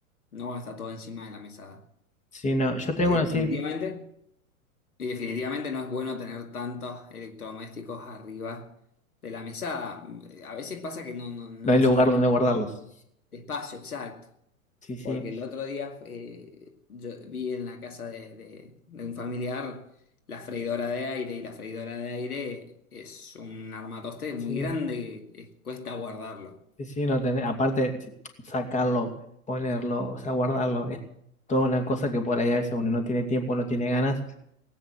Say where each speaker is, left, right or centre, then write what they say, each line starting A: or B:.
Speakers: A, on the left (about 80°); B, on the left (about 15°).
A: no está todo encima de la mesada.
B: Sí, no. Yo tengo
A: Y
B: así,
A: definitivamente, y definitivamente no es bueno tener tantos electrodomésticos arriba de la mesada. A veces pasa que no, no, no
B: no
A: necesariamente
B: hay lugar donde guardarlos.
A: espacio exacto.
B: Sí, sí,
A: Porque el otro día eh, yo vi en la casa de, de- de un familiar la freidora de aire y la freidora de aire es un armatoste muy
B: sí,
A: grande, eh, cuesta guardarlo.
B: sí, sí, no tener, aparte si- sacarlo, ponerlo, o sea, guardarlo, es toda una cosa que por ahí a veces uno no tiene tiempo, no tiene ganas,